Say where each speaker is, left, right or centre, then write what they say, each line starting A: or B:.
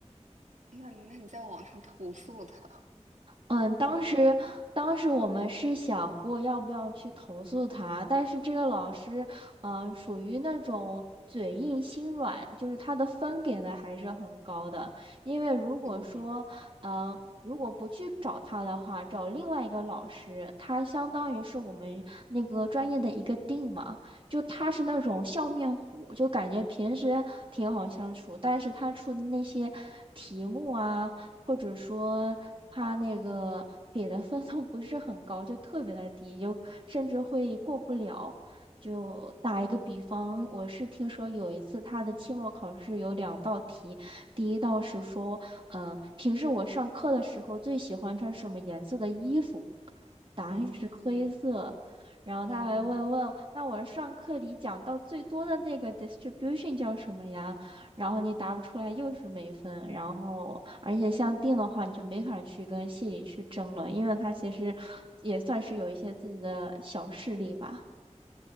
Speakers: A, on the right; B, on the right.
A: 那那你在网上投诉他？
B: 嗯，当时当时我们是想过要不要去投诉他，但是这个老师，嗯、属于那种嘴硬心软，就是他的分给的还是很高的。因为如果说，
A: 嗯
B: 嗯、如果不去找他的话，找另外一个老师，他相当于是我们那个专业的一个定嘛，就他是那种笑面虎，就感觉平时挺好相处，但是他出的那些题目啊。或者说他那个给的分数不是很高，就特别的低，有甚至会过不了。就打一个比方，我是听说有一次他的期末考试有两道题，第一道是说，嗯、平时我上课的时候最喜欢穿什么颜色的衣服？答案是灰色。
A: 嗯
B: 然后他还问问，
A: 嗯，
B: 那我上课里讲到最多的那个 distribution 叫什么呀？然后你答不出来又是没分。然后而且像定的话，你就没法去跟系里去争了，因为他其实也算是有一些自己的小势力吧。